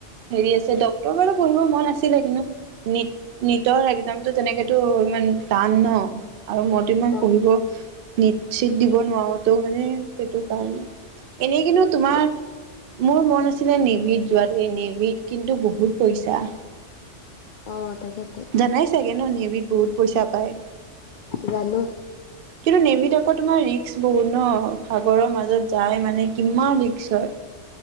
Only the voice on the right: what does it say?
হেৰি আছে ডক্তৰ বাৰু পঢ়িব মন আছিলে। কিন্তু, নিত-নিতৰ একজামটো তেনেকেতো ইমান টান ন? আৰু মইটো ইমান
পঢ়িব নিত-চিত দিব নোৱাৰো ত মানে সেইটো কাৰণে। এনেই কিন্তু, তোমাৰ,
মোৰ মন আছিলে নিভিত যোৱাতোৱেই, নিভিত কিন্তু বহুত পইচা।
জানাই চাগে ন'? নেভিত বহুত পইচা পায়।
কিন্তু নেমিত আকৌ তোমাৰ ৰিক্স বহু ন সাগৰৰ মাজত যাই মানে কিমান ৰিক্সৰ।